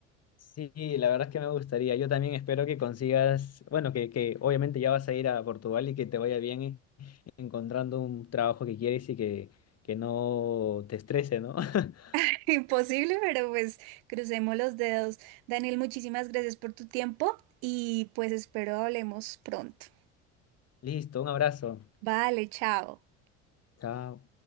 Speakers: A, on the left; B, on the right.
A: Sí, la verdad es que me gustaría. Yo también espero que consigas, bueno, que, que obviamente ya vas a ir a Portugal y que te vaya bien en- encontrando un trabajo que quieres y que, que no te estrese, ¿no? <laughs>
B: <laughs> Imposible, pero pues crucemos los dedos. Daniel, muchísimas gracias por tu tiempo y pues espero hablemos pronto.
A: Listo, un abrazo.
B: Vale, chao.
A: Chao.